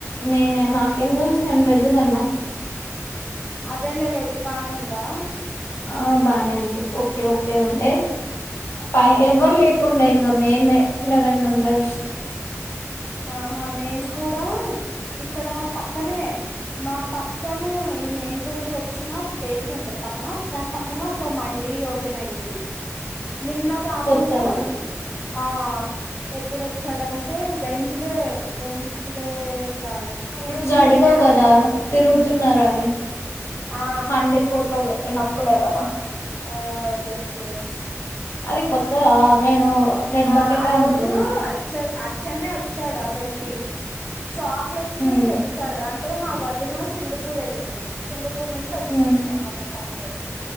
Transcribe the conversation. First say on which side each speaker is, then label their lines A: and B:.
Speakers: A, on the left (about 50°); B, on the left (about 15°).
A: నేనా నాకేం తెల్సు నేను వెజ్ తిన్నా
B: అదేలే వెజ్ బానే ఉందా
A: ఆ బానే ఉంది ఓకే ఓకే ఉండే పై ఎవరు లేకుండే ఇంగ మేమే లెవెన్ మెంబెర్స్
B: ఆహా మేమ్ కూడా ఇక్కడ పక్కనే మా పక్కనే ఈ మెయిన్ రోడ్డు కొచ్చినా బేక్రీ ఉంటది పక్కన దాని పక్కన ఒక మండి ఓపెన్ అయింది నిన్న కాకుండా
A: కొత్తగా
B: ఆ ఎప్పుడొచ్చాడంటే డే వెన్స్ డే కాదు
A: ఆ రోజు
B: ట్యూస్డే
A: అడిగావ్
B: అనుకుంటా
A: కదా తిరుగుతున్నారా అని
B: ఆ
A: మండి ఫోటో పెట్టినప్పుడే కదా
B: ఆ ఎస్ ఎస్
A: అది కొత్తదా నేను రెడ్
B: ఆ
A: బకెట్
B: ఆ రోజు
A: అనుకున్నా
B: అచ్చ అచ్చన్నే ఒచ్చాడు అసల్కి చా క్లెట్స్
A: హ్మ్
B: తెచ్చాడు అంటే మా వద్దిన సింగపూరెళ్ళింది సింగపూర్ నుంచి ఒచ్చింది
A: హ్మ్
B: మొన్ననే సండే